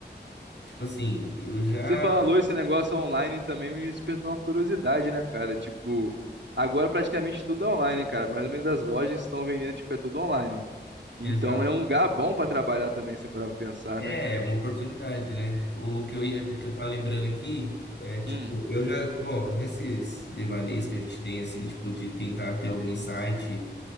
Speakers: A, on the left (about 75°); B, on the right (about 80°).
A: tipo assim, eu já,
B: Você falou esse negócio online também me despertou uma curiosidade, né, cara? Tipo, agora praticamente tudo é online, cara. Mais ou menos as lojas que estão vendendo, tipo, é tudo online. Então
A: exato.
B: é um lugar bom pra trabalhar também, se parar pra pensar,
A: É,
B: né?
A: é uma oportunidade, né? O que eu ia, o que eu tava lembrando aqui é tipo,
B: Uhum,
A: eu já, bom, nesses devaneios que a gente tem assim, tipo de tentar ter algum insight,